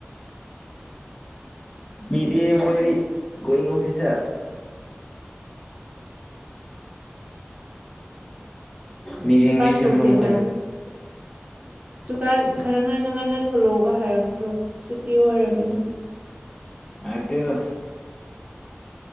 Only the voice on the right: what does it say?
ꯗꯨꯀꯥꯟ ꯊꯣꯛꯁꯦꯅ
ꯗꯨꯀꯥꯟ ꯈꯔ ꯉꯟꯅ ꯉꯟꯅ ꯊꯣꯂꯣꯑꯒ ꯍꯥꯏꯔꯛꯇ꯭ꯔꯣ ꯁꯨꯇꯤ ꯑꯣꯏꯔꯝꯃꯤꯅ